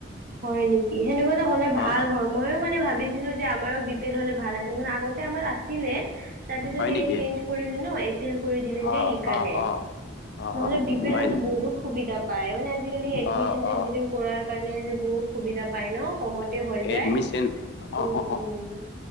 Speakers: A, on the right; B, on the left.
A: হয় নেকি সেনেকুৱাতো হ'লে ভাল
B: অ
A: হম। মইও মানে ভাবিছিলো যে আমাৰো বি পি এল হ'লে ভাল আছিল মানে আগতে আমাৰ আছিলে। তাৰপিছত
B: হয়
A: সেই
B: নেকি
A: চেন্স কৰিলে ন' এ পি এল কৰি দিলে
B: অ
A: যে সেইকাৰণে।
B: অ অ অ
A: নহ'লে বি পি এলো
B: হয় নেকি
A: বহুত সুবিধা পায় মানে আজিকালি এডমিচন
B: অ
A: চেডমিচন
B: অ
A: কৰাৰ কাৰণে যে বহুত সুবিধা পাই ন' কমতে হৈ যায়।
B: এডমিশন অ
A: উম উম
B: অ